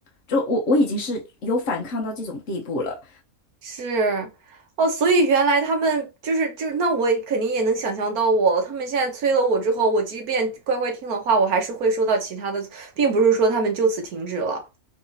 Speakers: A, on the left; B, on the right.
A: 就我我已经是有反抗到这种地步了，
B: 是，哦，所以原来他们就是就是，那我也肯定也能想象到我，他们现在催了我之后，我即便乖乖听了话，我还是会收到其他的，并不是说他们就此停止了。